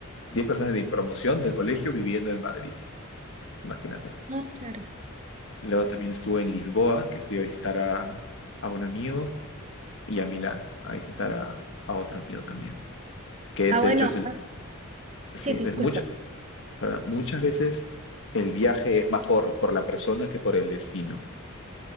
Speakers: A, on the left (about 60°); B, on the right (about 30°).
A: 10 personas de mi promoción del colegio viviendo en Madrid, imagínate.
B: no, claro.
A: Luego también estuve en Lisboa, que fui a visitar a, a un amigo, y a Milán, a visitar a, a otro amigo también, que es
B: Ah,
A: de
B: bueno,
A: hecho es el...
B: ah,
A: Sí,
B: sí, disculpa,
A: entonces mucha, ¿verdad? Muchas veces el viaje es más por, por la persona que por el destino.